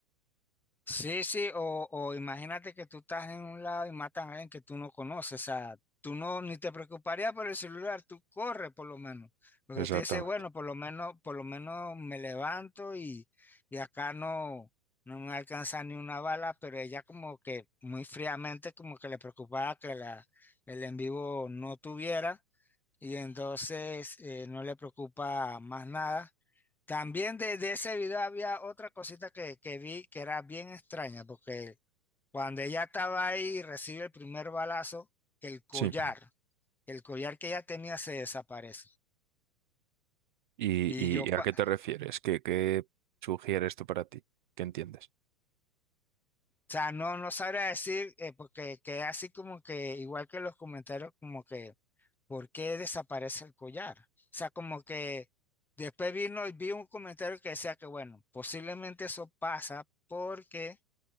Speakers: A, in the centre; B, on the right.
A: Sí, sí, o, o imagínate que tú estás en un lado y matan a alguien que tú no conoces, o sea, tú no ni te preocuparías por el celular, tú corres por lo menos, porque
B: Exactamente.
A: tú dices, bueno, por lo menos, por lo menos me levanto y, y acá no, no me alcanza ni una bala, pero ella como que muy fríamente como que le preocupaba que la, el en vivo no tuviera y entonces eh, no le preocupa más nada. También de, de ese video había otra cosita que, que vi que era bien extraña, porque cuando ella estaba ahí y recibe el primer balazo, que el collar,
B: Sí.
A: el collar que ella tenía se desaparece.
B: ¿Y,
A: Y
B: y-
A: yo,
B: y
A: cua-
B: a qué
A: o
B: te refieres? ¿Qué, qué sugiere esto para ti? ¿Qué entiendes?
A: sea, no, no sabría decir, eh, porque queda así como que, igual que los comentarios, como que ¿por qué desaparece el collar? O sea, como que después vino y vi un comentario que decía que, bueno, posiblemente eso pasa porque